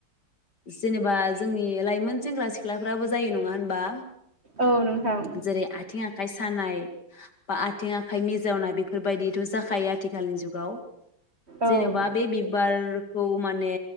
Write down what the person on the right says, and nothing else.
औ नोंथां।
औ ओ